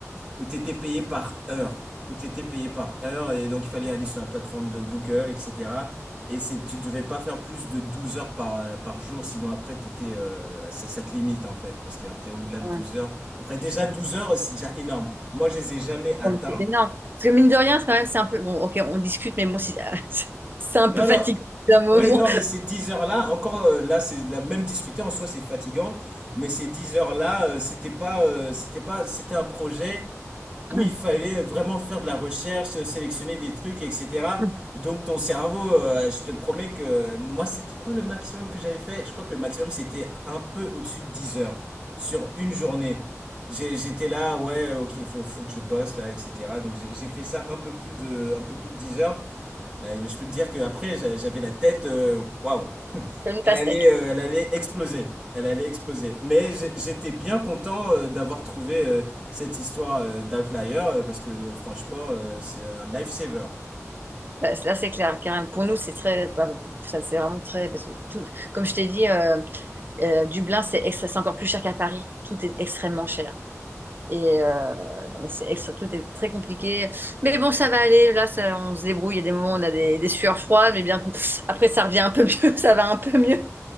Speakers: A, on the right; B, on the right.
A: où t'étais payé par heure. Où tu payé par heure. Et donc, il fallait aller sur la plateforme de Google, etc. Et c'est, tu ne devais pas faire plus de 12 heures par, euh, par jour. Sinon, après, t'étais, euh, ça, ça te limite, en fait. Parce qu'après, au-delà de
B: Ouais.
A: 12 heures. Après, déjà, 12 heures, c'est déjà énorme. Moi, je les ai jamais atteints.
B: Non, mais C'est énorme. Parce que mine de rien, c'est quand même, c'est un peu. Bon, ok, on discute, mais bon, si- <laughs> c'est un
A: Non,
B: peu
A: non,
B: fatigant d'un moment.
A: ouais, non, mais ces 10 heures-là, encore euh, là, c'est la même discuter en soi, c'est fatigant, mais ces 10 heures-là, euh, c'était pas, euh, c'était pas, c'était un projet où
B: Hmm.
A: il fallait vraiment faire de la recherche, euh, sélectionner des trucs, etc.
B: Hmm.
A: Donc ton cerveau, euh, je te promets que euh, moi, c'était quoi le maximum que j'avais fait? Je crois que le maximum, c'était un peu au-dessus de 10 heures sur une journée. J'ai- J'étais là, ouais, ok, il faut, faut que je bosse là, etc. Donc j'ai j'ai fait ça un peu plus de, un peu plus de 10 heures. Euh, je peux te dire qu'après, j'a- j'avais la tête, euh, waouh, <laughs>
B: Comme une
A: Elle
B: pastèque.
A: allait, euh, elle allait exploser. Elle allait exploser. Mais j'ai- j'étais bien content euh, d'avoir trouvé euh, cette histoire euh, d'Outlier euh, parce que franchement, euh, c'est un lifesaver.
B: Bah, Là, c'est clair. Car pour nous, c'est très. bah, Ça, c'est vraiment très. Parce que tout, comme je t'ai dit. euh, Euh, Dublin, c'est extra- c'est encore plus cher qu'à Paris. Tout est extrêmement cher. Et euh, non, mais c'est extra- tout est très compliqué. Mais bon, ça va aller. Là, ça- on se débrouille. Il y a des moments où on a des, des sueurs froides, mais bien après, ça revient un peu mieux. <laughs> Ça va un peu mieux.